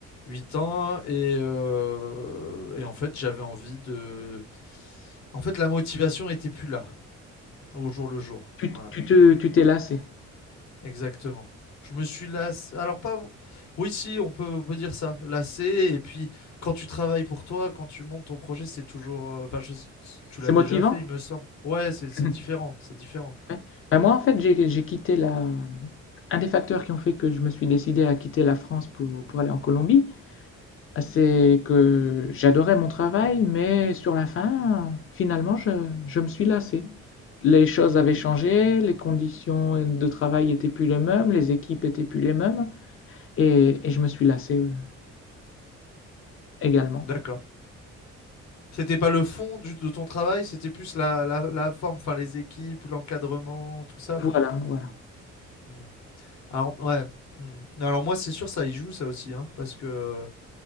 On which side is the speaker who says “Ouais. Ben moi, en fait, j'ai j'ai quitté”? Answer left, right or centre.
Left